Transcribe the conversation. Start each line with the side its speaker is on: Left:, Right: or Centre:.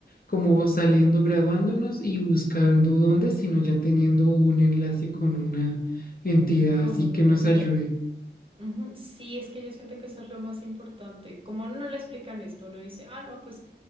Left: como saliendo, graduándonos y buscando dónde, sino ya teniendo un enlace con una entidad
Right: con
Left: así
Right: una
Left: que nos
Right: entidad.
Left: ayude.
Right: Ujú. Sí, es que yo siento que eso es lo más importante. Como a uno no le explican esto, uno dice, ah, no, pues,